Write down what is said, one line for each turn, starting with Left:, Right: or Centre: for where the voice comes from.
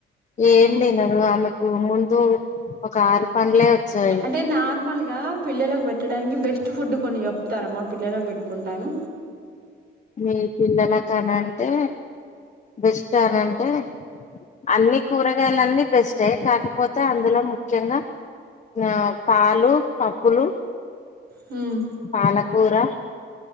Left: ఏం తినదు ఆమెకు ముందు ఒక ఆరు పండ్లే వచ్చాయి
Right: అంటే నార్మల్ గా పిల్లలకు పెట్టడానికి బెస్ట్ ఫస్ట్ ఫుడ్ కొన్ని చెప్తారమ్మా పిల్లలకు పెట్టుకుంటాను
Left: మీ పిల్లలలకు అనంటే బెస్ట్ అనంటే అన్ని కూరగాయలన్ని బెస్ట కాకపోతే అందులో ముఖ్యంగా ఆ పాలు పప్పులు
Right: హమ్
Left: మలకూరా